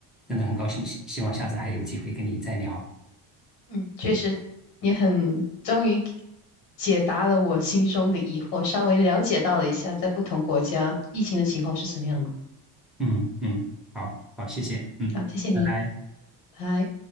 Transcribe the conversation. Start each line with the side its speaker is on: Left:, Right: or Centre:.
Centre: 真的很高兴，希希望下次还有机会跟你再聊。
Left: 嗯，确实，你很终于解答了我心中的疑惑，稍微了解到了一下在不同国家疫情的情况是怎样的。
Centre: 嗯嗯，好好，谢谢，嗯，
Left: 好，谢谢你，
Centre: 拜拜。
Left: 拜。